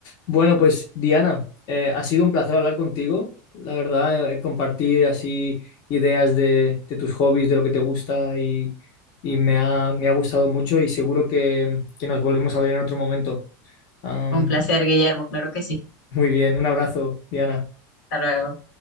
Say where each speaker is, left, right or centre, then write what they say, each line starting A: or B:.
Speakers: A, on the left (about 50°); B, on the left (about 80°).
A: Bueno, pues Diana, eh, ha sido un placer hablar contigo. La verdad, eh, compartir así ideas de, de tus hobbies, de lo que te gusta y, y me ha, me ha gustado mucho y seguro que, que nos volvemos a ver en otro momento. Am,
B: Un placer, Guillermo, claro que sí.
A: muy bien, un abrazo, Diana.
B: Hasta luego.